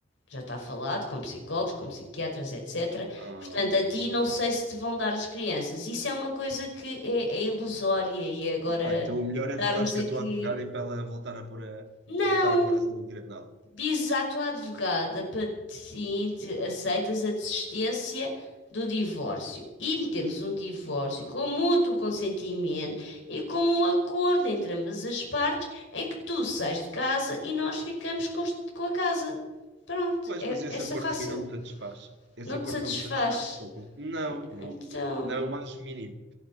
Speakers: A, on the left (about 70°); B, on the right (about 65°).
A: já está falado com psicólogos, com psiquiatras, etc.
B: ah,
A: Portanto, a ti não sei se te vão dar as crianças. Isso é uma coisa que é, é ilusória e agora
B: ah, pá, então o melhor é
A: estarmos
B: falares com
A: aqui.
B: a tua advogada e para ela voltar a pôr a,
A: Não,
B: voltar a pôr a ação em tribunal.
A: Dizes à tua advogada para sim, de- aceitas a desistência do divórcio e metemos um divórcio com mútuo consentimento e com um acordo entre ambas as partes em que tu sais de casa e nós ficamos com, os- com a casa. Pronto,
B: Pois,
A: é
B: mas esse
A: essa
B: acordo
A: fácil.
B: a mim não me satisfaz. Esse
A: Não
B: acordo
A: te satisfaz.
B: não me satisfaz. Coco. Não,
A: E-
B: não.
A: Então,
B: Não, o mais mínimo.